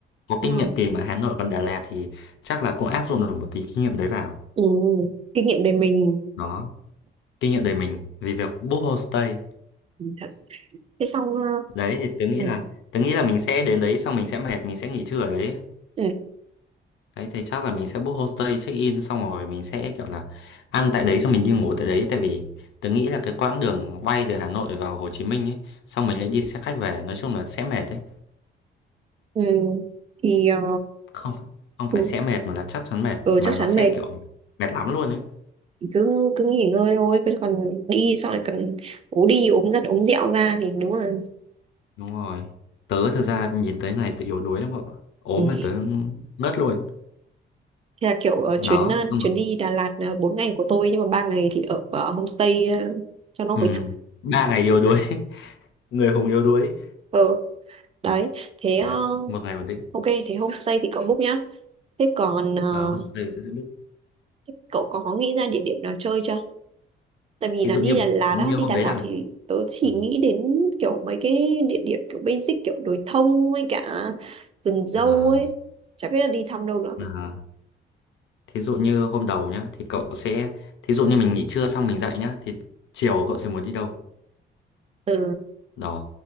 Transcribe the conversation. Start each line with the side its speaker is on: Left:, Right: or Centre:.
Left: có
Right: ờ,
Left: kinh nghiệm tìm ở Hà Nội còn Đà Lạt thì chắc là cũng áp dụng được một tí kinh nghiệm đấy vào
Right: ừ. kinh nghiệm để mình
Left: đó kinh nghiệm đời mình vì việc book homestay
Right: Ừ, thật. thế xong à,
Left: đấy thì tớ nghĩ
Right: ừ.
Left: là tớ nghĩ là mình sẽ đến đấy xong mình sẽ mệt mình sẽ nghỉ trưa ở đấy
Right: Ừ.
Left: đấy thì chắc là mình sẽ book homestay check in xong rồi mình sẽ kiểu là ăn tại đấy xong mình đi ngủ tại đấy tại vì tớ nghĩ là cái quãng đường bay từ Hà Nội vào Hồ Chí Minh ấy xong mình lại đi xe khách về nói chung là sẽ mệt đấy
Right: Ừ. thì ờ,
Left: không không phải
Right: ừ.
Left: sẽ mệt mà là chắc chắn mệt
Right: ừ
Left: mà
Right: chắc
Left: nó
Right: chắn
Left: sẽ
Right: mệt
Left: kiểu mệt lắm luôn ấy
Right: thì cứ cứ nghỉ ngơi thôi cứ còn đi xong lại còn ố đi ốm giặt ốm dẹo ra thì đúng là
Left: đúng rồi tớ thật ra nhìn tới ngày tớ yếu đuối lắm cậu ạ. ốm
Right: Ừ.
Left: mà tớ ngất luôn
Right: thế là kiểu ờ,
Left: nó
Right: chuyến ờ,
Left: xong
Right: chuyến
Left: rồi
Right: đi Đà Lạt uh, 4 ngày của tôi nhưng mà ba ngày thì ở ờ, homestay ờ, cho nó
Left: ừ,
Right: hồi sức
Left: ba ngày yếu đuối <laughs> người hùng yếu đuối
Right: ờ đấy thế ờ,
Left: này một ngày ổn định
Right: ok thế homestay thì cậu book nhá thế còn ờ,
Left: ờ, hôm sau thì sẽ biết
Right: thế cậu có nghĩ ra địa điểm nào chơi chưa tại vì
Left: thí
Right: là
Left: dụ
Right: đi
Left: như
Right: Đà Lạt
Left: như
Right: á đi
Left: hôm
Right: Đà
Left: đấy
Right: Lạt
Left: là
Right: thì tớ chỉ
Left: Ừ.
Right: nghĩ đến kiểu mấy cái địa điểm kiểu basic kiểu đồi thông với cả vườn dâu
Left: À,
Right: ấy chả biết là đi thăm đâu nữa
Left: à, thí dụ như hôm đầu nhá thì cậu sẽ thí dụ như mình nghỉ trưa xong mình dậy nhá thì chiều cậu sẽ muốn đi đâu
Right: Ờ,
Left: đó